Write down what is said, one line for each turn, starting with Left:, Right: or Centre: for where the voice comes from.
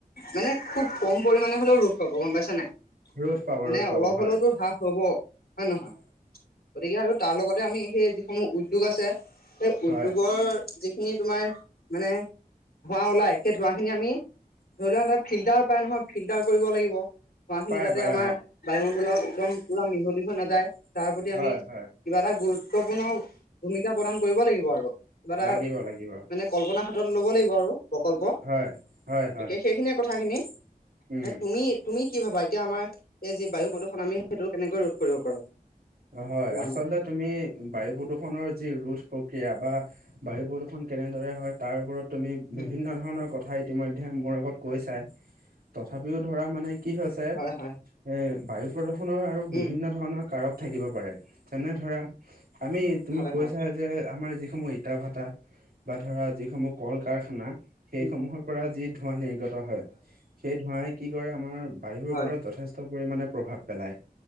Left: মানে খুব কম পৰিমাণে হলেও ৰোধ পাব গম পাইছা নাই
Right: ৰ'দ পাব
Left: মানে
Right: ৰ'দ পাব
Left: অলপ
Right: হয়
Left: হ'লেওতো হ্ৰাস হ'ব হয়, নহয় গতিকে আৰু তাৰ লগতে আমি সেই যিসমূহ উদ্যোগ আছে। এই
Right: হয়
Left: উদ্যোগৰ যিখিনি তোমাৰ মানে ধোঁৱা ওলাই সেই ধোঁৱা খিনি আমি ধৰি লোৱা এটা ফিল্টাৰ পাই নহয় ফিল্টাৰ কৰিব লাগি ব ধোৱাখিনি
Right: পায়
Left: যাতে
Right: পায়
Left: আমাৰ
Right: অ
Left: বায়ুমণ্ডলত একদম পুৰা মিহলি হৈ নাযায় তাৰ প্ৰতি
Right: হয়
Left: আমি কিবা
Right: হয়
Left: এটা গুৰুত্বপূৰ্ণ ভূমিকা প্ৰদান কৰিব লাগিব আৰু। কিবা এটা
Right: লাগিব লাগিব
Left: মানে কল্পনা হাতত ল'ব লাগিব আৰু। প্ৰকল্প,
Right: হয় হয়
Left: গতিকে
Right: হয়
Left: সেইখিনিয়ে কথাখিনি।
Right: উম
Left: এ তুমি তুমি কি ভাবা এতিয়া আমাৰ এই যি বায়ু প্ৰদূষণ আমি সেইটো কেনেকৈ ৰোধ কৰিব পাৰো
Right: হয়
Left: তোমাৰ
Right: আচলতে
Left: মতে
Right: তুমি বায়ু প্ৰদূৰষণৰ যি ৰোধ প্ৰক্ৰিয়া বা বায়ু প্ৰদূষণ কেনেদৰে হয় তাৰ ওপৰত তুমি
Left: উম
Right: বিভিন্ন ধৰণৰ কথা ই ইতিমধ্যে মোৰ আগত কৈছাই তথাপিও ধৰা মানে কি হৈছে
Left: হয় হয়
Right: এ বায়ু প্ৰদূষণৰ আৰু বিভিন্ন
Left: উম
Right: ধৰণৰ কাৰক। থাকিব পাৰে। যেনে ধৰা, আমি তুমি
Left: হয়
Right: কৈছা।
Left: হয়
Right: যে আমাৰ যিসমূহ ইটা ভাটা বা ধৰা, যিসমূহ কল কাৰখানা সেইসমূহৰ
Left: উম
Right: পৰা যি ধোঁৱা নিৰ্গত হয়। সেই ধোঁৱাই কি কৰে আমাৰ বায়ুৰ
Left: হয়
Right: ওপৰত যথেষ্ট ষ্ঠ পৰিমাণে প্ৰভাৱ পেলায়